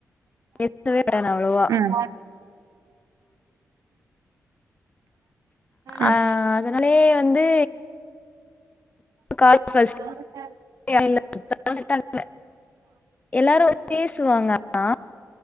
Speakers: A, on the left; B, on the right.
A: பேசவே மாட்ட நா அவ்ளோவா
B: ம் ம்.
A: ஆ அதனாலயே வந்து காலே ஃபர்ஸ்ட்
B: <unintelligible>
A: இல்ல <unintelligible> ரிட்டன் இல்ல எல்லாரு வந்து பேசுவாங்க ஆனா